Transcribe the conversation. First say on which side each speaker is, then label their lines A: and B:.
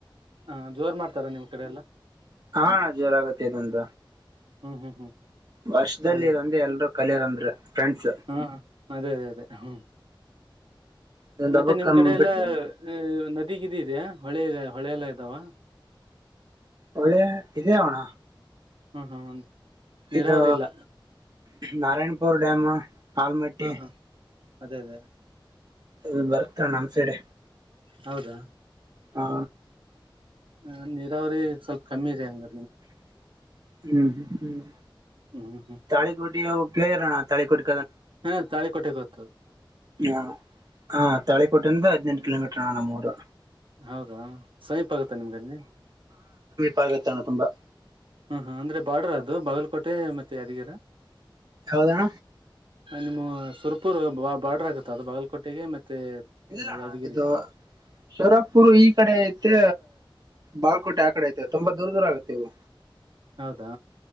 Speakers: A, on the right; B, on the right.
A: ಹ ಜೋರ್ ಮಾಡ್ತಾರಾ ನಿಮ್ ಕಡೆ ಎಲ್ಲ
B: ಹಾ ಜೋರಗತ್ತತ ಅಂದ
A: ಹ್ಮ್ ಹ್ಮ್ ಹ್ಮ್
B: ವರ್ಷದಲ್ಲಿಂದ
A: ಒಳ್ಳೇದು
B: ಎಲ್ರೂ ಕಲಿಯದಂದ್ರೆ ಫ್ರೆಂಡ್ಸ್
A: ಹ್ಮ್ ಅದೇ ಅದೇ ಅದೇ ಹ್ಮ
B: ಇದೊಂದು
A: ಮತ್ತೆ
B: ಹಬ್ಬಕ್
A: ನಿಮ್ ಕಡೆ ಎಲ್ಲಾ
B: ಬಿಟ್ರೆ
A: ನದಿ ಇದಗಿದ್ದ ಇದ್ಯಾಾ ಹೊಳೆಲ್ಲ ಹೊಳೆಲ್ಲ ಇದಾವ
B: ಒಳ್ಳೆ ಇದದೆೇ ಆಣ
A: ಹ್ಮ್ ಹ್ಮ್ ನೀರಾವರಿ
B: ಇದು
A: ಇಲ್ಲ
B: ನಾರಾಯಣಪುರ್ ಡ್ಯಾಮು ಆಲ್ಮಟ್ಟಿ
A: ಹ್ಮ್ ಹ್ಮ್ ಅದೇ ಅದೇ
B: ಇ ಬರ್ತ ನ ಅನ್ಸೆಡೆ
A: ಹೌದಾ
B: ಹಾ
A: ಹ ನೀರಾವರಿ ಸ್ವಲ್ಪ ಕಮ್ಮಿ ಇದೆ ಹಂಗ
B: ಹ್ಮ್ ಹ್ಮ ಹ್ಮ್
A: ಹ್ಮ್ ಹ್ಮ್ ಹ್ಮ್
B: ತಾಳಿಿಕಟ ಅ ಕೇಳರೋಣ ತಲೆ ಕುಟ್ಟ
A: ಹಾ ತಾರಿ ಕೊಟ್ಟೆ ಕೊತ
B: ಹ ಹಾ ತಳಿಪಟ್ಟಿಂದ ಹದ್ಿನೆಂಟು ಕಿಲೋಮೀಟ್ರಣ್ಣ ನಮ್ಮೂರು
A: ಹೌದಾ ಸಮೀಪ ಆಗುತ್ತ ನಿಮ್ಗಲ್ಲಿ
B: ಭಾಗತಾಣ ತುಂಬಾ
A: ಹ್ಮ ಹಾ ಅಂದ್ರೆ ಬಾರ್ಡರ್ ಅದು ಬಾಗಲಕೋಟೆ ಮತ್ತೆ ಯಾದಗಿರ
B: ಹೌದಣ
A: ನಿಮ್ಮ ಸುರ್ಪೂರ್ ಬಾರ್ಡ್ರ ಆಗುತ್ತ ಅದು ಬಾಗಲಕೋಟೆಗೆ ಮತ್ತೆ
B: ಇಲ್ಲಣ್ಣ
A: ಯಾದಗಿರಿಗೆ
B: ಇದು ಶರಪುರು ಈ ಕಡೆ ಐತೆ ಬಾಲ್ಕೋಟೆ ಆ ಕಡೆ ಐತೆ ತುಂಬಾ ದೂರ ದೂರ ಆಗುತ್ತೆ ಇವು
A: ಹೌದಾ